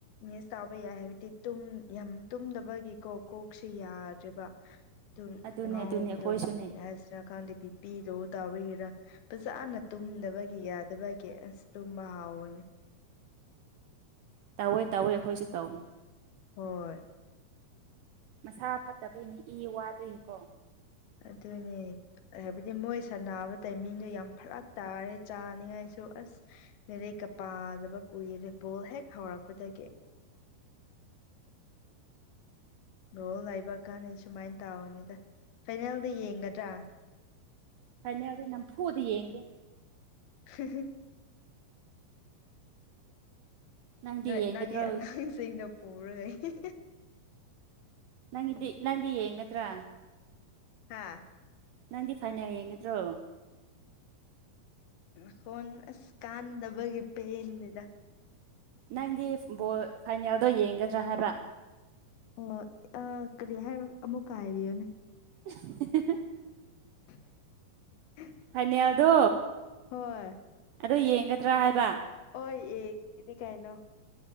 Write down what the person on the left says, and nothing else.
ꯃꯦꯁ ꯇꯧꯕ ꯌꯥꯏ ꯍꯥꯏꯕꯗꯤ ꯇꯨꯝ ꯌꯥꯝ ꯇꯨꯝꯗꯕꯒꯤꯀꯣ ꯀꯣꯛꯁꯤ ꯌꯥꯗ꯭ꯔꯦꯕ ꯑꯗꯨꯝ
ꯉꯥꯎꯕꯗꯣ
ꯌꯥꯁꯤꯔꯀꯥꯟꯗ ꯕꯤ ꯄꯤꯗꯣ ꯇꯥꯒꯤꯔꯥ ꯑꯖꯅ ꯇꯨꯝꯗꯕꯒꯤ ꯌꯥꯗꯕꯒꯤ ꯑꯁ ꯇꯨꯝꯕ ꯍꯥꯎꯋꯅꯤ
ꯍꯣꯏ
ꯑꯗꯨꯅꯦ ꯍꯥꯏꯕꯗꯤ ꯃꯣꯏ ꯁꯥꯟꯅꯥꯕ ꯇꯥꯏꯃꯤꯡꯗꯣ ꯌꯥꯝ ꯐꯔꯛ ꯇꯥꯔꯦ ꯆꯥꯅꯤꯡꯉꯥꯏꯁꯨ ꯑꯁ ꯂꯥꯏꯔꯥꯛꯀ ꯄꯥꯗꯕ ꯀꯨꯏꯔꯦ ꯕꯣꯜ ꯍꯦꯛ ꯍꯧꯔꯛꯄꯗꯒꯤ ꯕꯣꯜ ꯂꯥꯏꯕꯛ ꯀꯥꯟꯅꯩ ꯁꯨꯃꯥꯏꯅ ꯇꯥꯎꯔꯅꯤꯗ ꯐꯥꯏꯅꯦꯜꯗ ꯌꯦꯡꯒꯗ꯭ꯔꯥ
ꯍꯝꯍꯝ
ꯅꯣꯏ
ꯅꯪꯒꯤ ꯑꯉꯥꯡꯁꯤꯡꯅ ꯄꯨꯔꯒ ꯌꯦꯡ
ꯍꯥꯥ
ꯃꯈꯈꯣꯟ ꯑꯁ ꯀꯥꯟꯗꯕꯒꯤ ꯄꯦꯟꯗꯨꯗ
ꯍꯣꯏ ꯑ ꯀꯔꯤ ꯍꯥꯏꯕ ꯑꯃꯨꯛꯀ ꯍꯥꯏꯕꯤꯌꯣꯅꯦ
<inaudible>
ꯍꯣꯏ
ꯑꯣꯏ ꯌꯦꯡꯒꯅꯤ ꯀꯩꯅꯣ